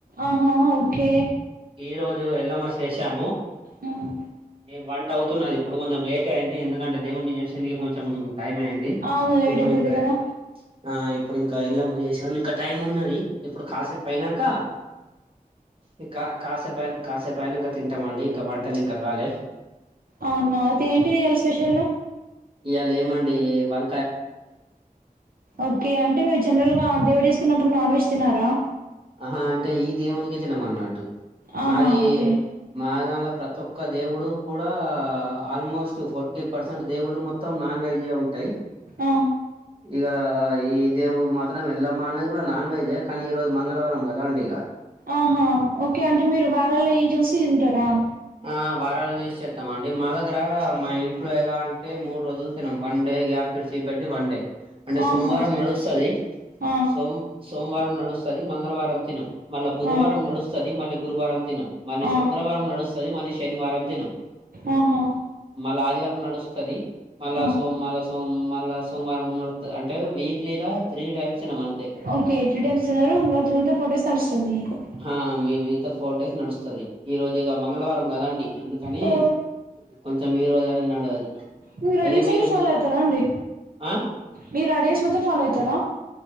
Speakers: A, on the right (about 75°); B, on the right (about 35°).
A: ఆహా ఓకే.
B: ఈ రోజు ఎల్లమ్మ చేశాము.
A: మ్మ్
B: ఈ వంటౌతున్నది ఇప్పుడు కొంచెం లేటే అయింది ఎందుకంటే దేవున్ని చేసింది ఇగ కొంచం టైమైయ్యింది
A: అవును లేట్
B: ఇప్పుడు
A: అయితది
B: ఇంకా
A: కదా
B: ఆ ఇప్పుడ్ ఇంకా ఎల్లమ్మ చేశాం ఇంకా టైం ఉన్నది ఇప్పుడు కాసేప్ అయినంక ఇంకా కాసేప్ కాసేపైనంకా తింటమండి ఇంకా వంటల్ ఇంకా కాలే
A: అవునా అయితే ఏంటిది ఇయాల స్పెషల్
B: ఇయాల ఏమండి వం
A: ఓకే అంటే మీరు జనరల్గా దేవుడు చేస్కున్నప్పుడు నాన్ వెజ్ తినరా?
B: అహ అంటే ఈ దేవునికే తినమన్నట్టు
A: ఆహా
B: మాది
A: ఓకే
B: మా దాన్ల ప్రతొ క్క దేవుడు కూడా ఆల్మోస్ట్ ఫోర్టీ పర్సెంట్ దేవుళ్ళు మొత్తం నాన్ వెజే ఉంటయి.
A: ఆ
B: ఇగ ఈ దేవుడు మాత్రం ఎల్లమ్మ అనేది గుడా నాన్ వేజే కని ఈరోజు మంగళవారం కదా అండి ఇగ
A: ఆహా ఓకే అంటే మీరు వారాలై చూసి తింటరా
B: ఆ వారాలు చేసి చేస్తాం అండి. మా దగ్గర మా ఇంట్లో ఎలా అంటే మూ రోజుల్ తినం. వన్డే గ్యాప్ ఇడిసీ పెట్టి వన్డే అంటే
A: ఆహా
B: సోమవారం నడుస్తది
A: ఆ
B: సోమ్ సోమవారం నడుస్తది మంగళవారం తినం. మళ్ళ బుధవారం
A: ఆ
B: నడుస్తది మళ్ళీ గురువారం తినం మళ్ళీ
A: ఆ
B: శు శుక్రవారం నడుస్తది మరి శనివారం తినం.
A: ఆహా
B: మళ్ళ ఆదివారం నడుస్తది మళ్ళా
A: ఆ
B: సో మళ్ళ సో మళ్ళ సోమవారం ఉన్నడు అంటే వీక్లీలా త్రీ టైమ్స్ తినం అంతే.
A: ఓకే త్రీ టైమ్స్ తిన్నారు ఇంకా మిగతా ఫోర్ డేస్ నడుస్తుంది మీకు
B: ఆ మీ మిగతా ఫోర్ డేస్ నడుస్తది ఈ రోజు ఇక మంగళవారం కదండి ఎందుకని
A: ఓ
B: కొంచెం ఈ రోజా అనే నడవది
A: మీ రడిసన్
B: అయితే మీరు
A: అన్ని ఫాలో
B: పోయి
A: అయితారా అండి
B: ఆ
A: మీరడిస్ మొత్తం ఫాలో అయితరా?